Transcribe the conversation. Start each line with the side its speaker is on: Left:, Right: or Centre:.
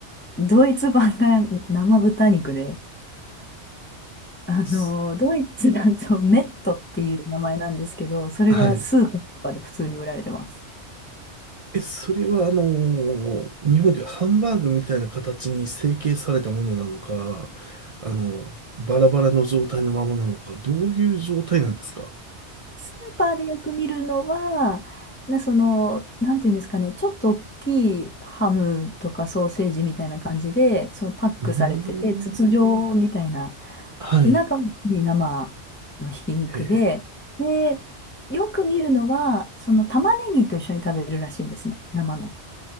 Left: ドイツ版が <laughs> 生豚肉で、あの、
Right: す
Left: ドイツだとメットっていう名前なんですけど、それがスーパーとかで普通に売られてます。
Right: はい。え、それは、あのー日本ではハンバーグみたいな形に成形されたものなのか、あの、バラバラの状態のままなのか、どういう状態なんですか
Left: ーパーでよく見るのは、な、その、なんていうんですかね、ちょっと大きいハムとかソーセージみたいな感じで、そのパックされてて、
Right: うーん。
Left: 筒状みたいな。
Right: はい。
Left: で、中に生のひき肉で、
Right: へ
Left: で、よく見るのは、その玉ねぎと一緒に食べるらしいんですね、生の。